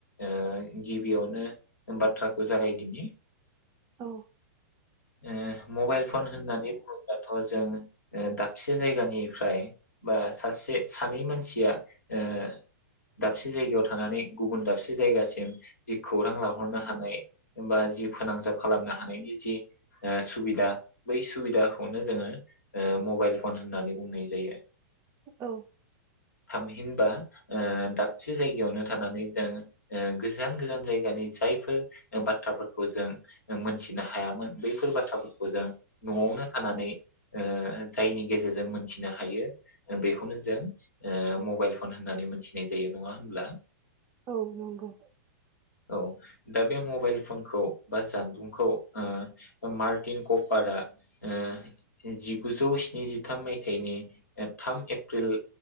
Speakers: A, on the left; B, on the right.
A: ओ गिबियावनो बाथ्राखौ जागायदिनि
B: औ
A: ओ मबाइल फन होननानै बुङोब्लाथ जों दाबसे जायगानिफ्राय बा सासे सानै मानसिया ओ दाबसे जायगायाव थानानै गुबुन दाबसे दाबसे जायगासिम जि खौरां लाहरनो हानाय बा जि फोनांजाब खालामनो हानायनि जि ओ सुबिदा बै सुबिदाखौनो जोङो ओ मबाइल फन होननानै बुंनाय जायो।
B: औ
A: थामहिनबा ओ दाबसे जायगायावनो थानानै जों गोजान गोजान जायगानि जायफोर बाथ्राफोरखौ जों मोनथिनो हायामोन बैफोर बाथ्राफोरखौ जों नयावनो थानानै ओ जायनि गेजेरजों मोनथिनो हायो बेखौनो जों मबाइल फन होननानै मोनथिनाय जायो नङा होनब्ला।
B: औ नंगौ।
A: औ दा बे मबाइल फनखौ बा जानबुंखौ उम मार्टिन कपारा ओ जिगुजौ स्निजिथाम माय थाइनि थाम एप्रिल